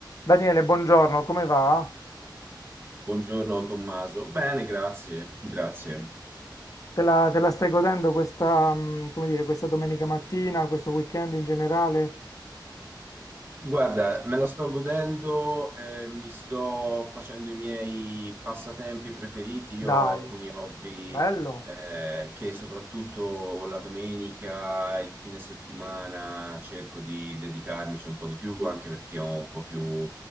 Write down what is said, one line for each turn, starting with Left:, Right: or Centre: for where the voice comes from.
Left: Daniele, buongiorno, come va?
Right: Buongiorno Tommaso. Bene, grazie, grazie.
Left: Te la, te la stai godendo questa, mm, come dire, questa domenica mattina, questo weekend in generale?
Right: Guarda, me la sto godendo, eh, mi sto facendo i miei passatempi preferiti. Io
Left: Dai,
Right: ho alcuni hobby,
Left: bello,
Right: eh, che soprattutto la domenica, il fine settimana cerco di dedicarmici un po' di più, anche perché ho un po' più